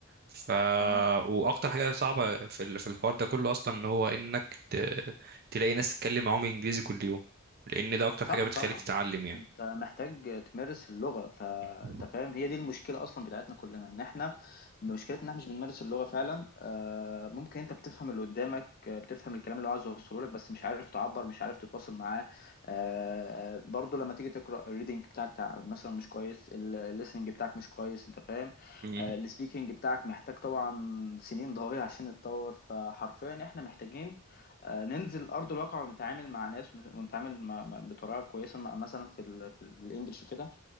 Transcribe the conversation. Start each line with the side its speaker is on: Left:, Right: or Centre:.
Right: ف
Left: تمام
Right: واكتر حاجه صعبه في ال- في الحوار ده كله اصلا ان هو انك ت- تلاقي ناس تتكلم معاهم انجليزي كل يوم لان ده اكتر
Left: صح
Right: حاجه بتخليك
Left: طبعا
Right: تتعلم يعني
Left: انت محتاج تمارس اللغة فانت
Right: مم.
Left: فاهم هي دي المشكلة اصلا بتاعتنا كلنا ان احنا مشكلتنا ان احنا مش بنمارس اللغة فعلا آه، ممكن انت بتفهم اللي قدامك آه، بتفهم الكلام اللي هو عايز يوصله لك بس مش عارف تعبر مش عارف تتواصل معاه آه، برضو لما تيجي تقرأ الريدنج بتاعك تع- مثلا مش كويس الليسننج بتاعك مش كويس انت فاهم
Right: مم.
Left: السبيكنج بتاعك محتاج طبعا سنين ضوئية عشان يتطور فحرفيا احنا محتاجين آه، ننزل ارض الواقع ونتعامل مع ناس ون- ونتعامل مع- مع- بطريقه كويسه مع- مثلا في ال في ال- الانجليش وكده